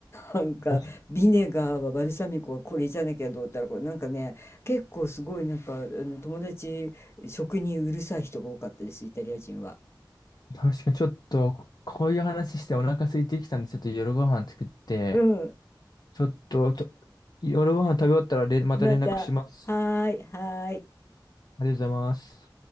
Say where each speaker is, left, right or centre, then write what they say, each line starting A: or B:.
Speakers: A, on the left (about 30°); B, on the left (about 55°).
A: なんか、
B: 確
A: ビネガーはバルサミコはこれじゃなきゃどうたらこう、なんかね、結構すごい、なんか、あの友達、食にうるさい人が多かったです、イタリア人は。
B: 確かにちょっと、ここういう話してお腹空いてきたんで、ちょっと夜ご飯作って、
A: うん、
B: ちょっと、と夜ご飯食べ終わったられ、また連絡します。
A: また、はーい、はーい。
B: ありがとうございます。